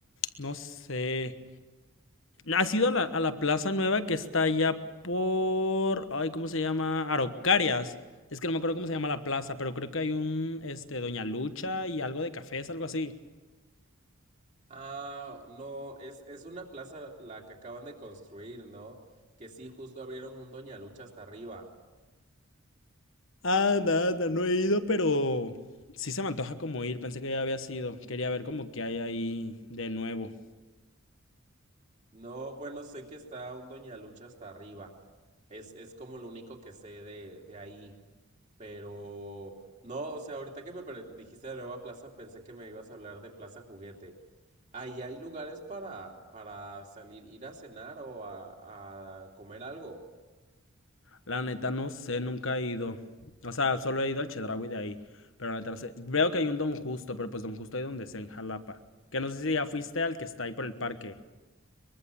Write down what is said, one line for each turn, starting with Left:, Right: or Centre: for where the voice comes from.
Left: no sé. ¿Has ido a la, a la plaza nueva que está allá por, ay, ¿cómo se llama? Araucarias. Es que no me acuerdo cómo se llama la plaza, pero creo que hay un, este, Doña Lucha y algo de cafés, algo así.
Right: Ah, no, es, es una plaza la que acaban de construir, ¿no? Que sí, justo abrieron un Doña Lucha hasta arriba.
Left: Anda, anda, no he ido, pero sí se me antoja como ir. Pensé que ya había sido. Quería ver como que hay ahí de nuevo.
Right: No, bueno, sé que está un Doña Lucha hasta arriba. Es, es como lo único que sé de, de ahí. Pero, no, o sea, ahorita que me pre- dijiste de nueva plaza, pensé que me ibas a hablar de Plaza Juguete. Ahí hay lugares para, para salir, ir a cenar o a, a comer algo.
Left: La neta no sé, nunca he ido. O sea, solo he ido al Chedraui de ahí. Pero la neta no sé. Veo que hay un Don Justo, pero pues Don Justo hay donde sea en Jalapa. Que no sé si ya fuiste al que está ahí por el parque.